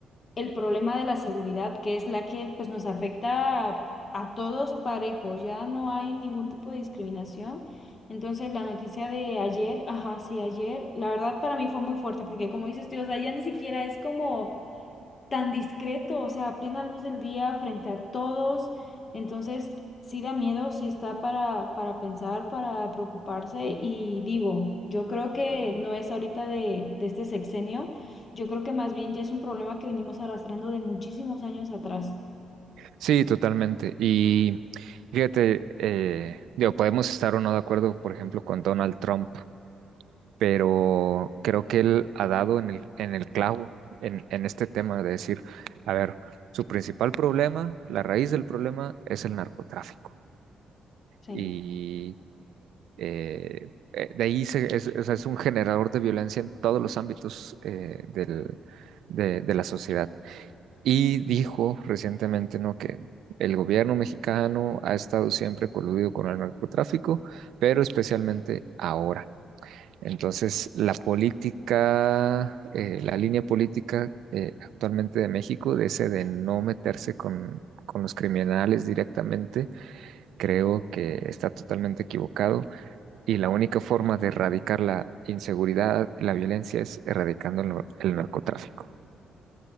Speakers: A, on the left; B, on the right.
A: el problema de la seguridad, que es la que pues nos afecta a, a todos parejos. Ya no hay ningún tipo de discriminación. Entonces la noticia de ayer, ajá, sí, ayer, la verdad para mí fue muy fuerte porque como dices tú, o sea, ya ni siquiera es como tan discreto, o sea, a plena luz del día, frente a todos. Entonces, sí da miedo, sí está para, para pensar, para preocuparse. Y digo, yo creo que no es ahorita de, de este sexenio, yo creo que más bien ya es un problema que venimos arrastrando de muchísimos años atrás.
B: Sí, totalmente. Y fíjate, eh, digo, podemos estar o no de acuerdo, por ejemplo, con Donald Trump pero creo que él ha dado en el, en el clavo en, en este tema de decir, a ver, su principal problema, la raíz del problema es el narcotráfico.
A: Sí.
B: Y eh, eh, de ahí se- es, o sea, es un generador de violencia en todos los ámbitos eh, del- de, de la sociedad. Y dijo recientemente, ¿no? que el gobierno mexicano ha estado siempre coludido con el narcotráfico, pero especialmente ahora. Entonces, la política, eh, la línea política eh, actualmente de México, de ese de no meterse con, con los criminales directamente, creo que está totalmente equivocado y la única forma de erradicar la inseguridad, la violencia, es erradicando el, nar- el narcotráfico.